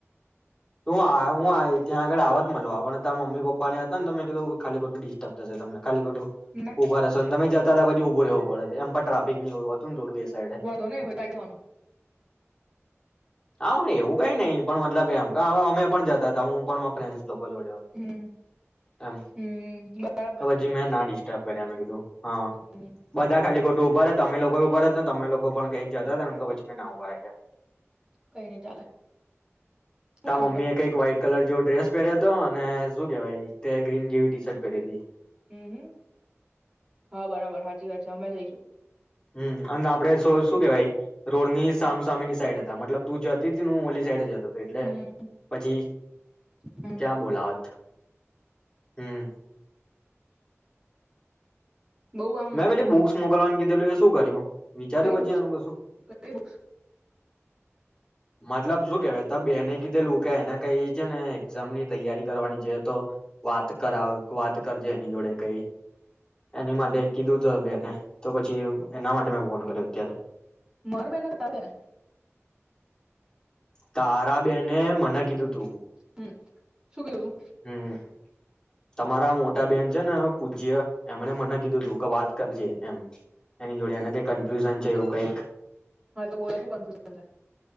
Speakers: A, on the left (about 15°); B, on the right (about 20°).
A: તો હું ત્યાં આગળ આવવા જ મલવા પણ તા મમ્મી પપ્પા ને હતા ને મેં કીધું ખાલી ખટું ડિસ્ટર્બ થશે તમને ખાલી ખોટું
B: ના
A: ઉભા રેસો તમે જ તા <unintelligible> બો એમ પણ ટ્રાફિક ની એવું હતું દોડું એ સાઈડે
B: વાંધો નહી હોય કઈ જવાનું
A: હા એવું કઈ નઈ પણ મતલબ એમ કા અવે અમે પણ જતા હતા હું પણ મા ફ્રેરેનસ લોકો જોડે હતો
B: હમ
A: એમ
B: હમ બરાબર
A: હ પછી
B: છે
A: મે ના દી ટર્બ કર્યા મેં કીધું હા
B: હમ
A: બધા ખાલી ખોટું ઊભા રહે હતા તમે લોકો એ ઉભા રેતે તમે લોકો પણ કઈક જતા હતાને તો પછી મેં ના ઉભા રાખ્યા.
B: કઈ નહી ચાલે શું
A: તા
B: કામ
A: મમ્મી
B: હતું
A: એ કઈક વ્હાઈટ કલર જેવો ડ્રેસ પહેર્યો
B: હમ
A: હતો અને શું કેવાય તે ગ્રીન જેવી ટી શર્ટ પહેરી તી
B: હમ હમ હા બરાબર હાચી વાત છે અમે જઈશું
A: હમ્મ અન આપણે શું શું કેવાય રોડની સામસામની સાઈડ મતલબ તું જતી જ ઓલી સાઈડે જતો હતો એટલે
B: હમ
A: પછી
B: હમ
A: ક્યાં બોલાવત હમ
B: બહુ આમ
A: મે પેલી બુક્સ મોકલવા કીધેલું એ શું કર્યું. વિચાર્યું
B: કઈ
A: પછી
B: બુક્સ
A: એનું કશું.
B: કઈ બુક્સ
A: મતલબ શું કેવાય ત બેને કીધે લોકો કે એના કઈ છે ને એક્ઝામની તૈયારી કરવાની છે તો, વાત કર વાત કરજે એની જોડે કઈ એની માટે કીધું હતું બેને તો પછી એના માટે મેં ફોન કર્યો અત્યારે.
B: મારા બેહેન કે તારા બેેન
A: તારા બેને મને કીધું તું.
B: હમ શું કયું.
A: હમ તમારા મોટા બેન છે ને પૂજ્ય એમણે મને કીધું. જો કે વાત કરજે એમ. એની જોડે એના કઈ કન્ફ્યુઝન. એવુ કઈક.
B: હા તો બોલો શું કન્ફ્યુઝન છે?